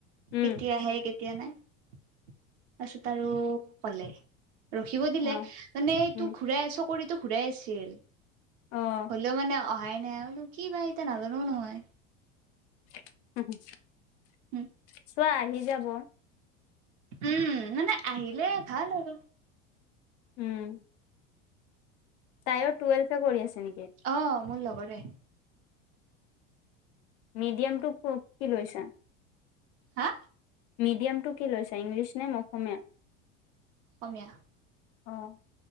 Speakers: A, on the left; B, on the right.
A: উম
B: কেতিয়া আহে কেতিয়া নাই তাৰপাছত আৰু কলে। ৰখিব দিলে
A: অ
B: মানে এইটোক
A: উম
B: ঘূৰাই চকৰিতটো ঘূৰাই আছিল।
A: অ।
B: হ'লেও মানে অহাই নাই হনো কি বা এতিয়া নাজানোও নহয়।
A: <unintelligible>
B: উম।
A: <unintelligible> আহি যাব।
B: উম মানে আহিলে ভাল আৰু।
A: উম। তাইও টুৱেলভে কৰি আছে। নেকি
B: অ মোৰ লগৰে।
A: মিডিয়ামটো কি লৈছা?
B: হা?
A: মিডিয়ামটো কি লৈছো ইংলিছ নে অসমীয়া?
B: অসমীয়া।
A: অহ।